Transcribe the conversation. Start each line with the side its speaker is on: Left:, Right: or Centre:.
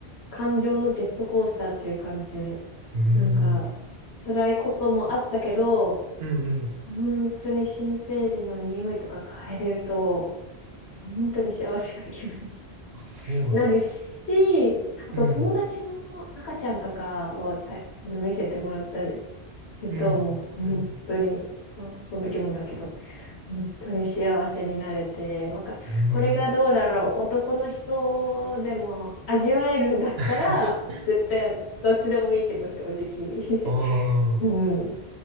Left: 感情のジェットコースターっていう感じで、
Right: うん
Left: なんか辛いこともあったけど、
Right: うんうん。
Left: 本当に新生児の匂いとか嗅いでると、本当に幸せな気分に
Right: あ、そうなんや。
Left: なるし、あと友達の赤ちゃんとかをさあの見せてもらったりすると、
Right: うん。うん。
Left: もう本当にそ、
Right: うん。
Left: その時もだけど、本当に幸せになれて、わか、
Right: うん。
Left: これがどうだろう、男の人でも味わえるんだったら、
Right: <laughs>
Left: 全然、どっちでもいいけど、正直。<laughs>
Right: ああ。
Left: うん。